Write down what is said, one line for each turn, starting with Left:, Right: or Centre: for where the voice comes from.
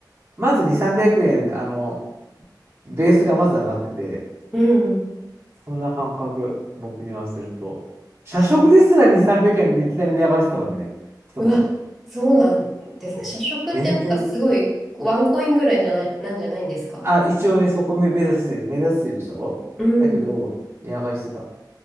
Right: まず2、300円、あの、ベースがまず上がってて、
Centre: うん。
Right: そんな感覚、僕にはすると。社食ですら2、
Centre: あ
Right: 300円でいきなり値上がりしてたからね、一頃。
Centre: うわ、そうなんですか。
Right: そう全然、
Centre: 社食ってなんかすごいワンコインぐらいじゃない、なんじゃないんですか。
Right: あ、一応ね、そこ目目指して、目指してるでしょだけど、
Centre: うん。
Right: 値上がりしてた。